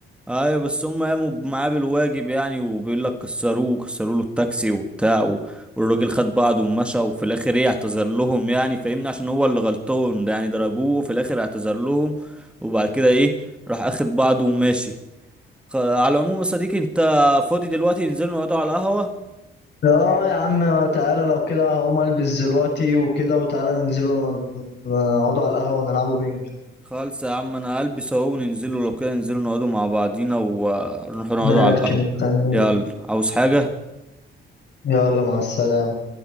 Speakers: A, in the centre; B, on the left.
A: ايوه بس هم قاموا معاه بالواجب يعني وبيقول لك كسروه كسروا له التاكسي وبتاع و- والراجل خد بعضه ومشى وفي الاخر ايه اعتذر لهم يعني فاهمني عشان هو اللي غلطان ده يعني ضربوه وفي الاخر اعتذر لهم وبعد كده ايه راح اخد بعضه وماشي خ- على العموم يا صديقي انت فاضي دلوقتي ننزل نقعدوا على القهوة
B: اه يا عم تعالى لو كده هقوم البس دلوقتي وكده وتعالى ننزلوا نقعدوا على القهوة ونلعبوا بينج
A: خالص يا عم انا هلبس اهو وننزلوا لو كده ننزلوا نقعدوا مع بعضينا ونروحوا نقعدوا
B: ماشي
A: على القهوة
B: مستنيك
A: يلا عاوز حاجة
B: يلا مع السلامة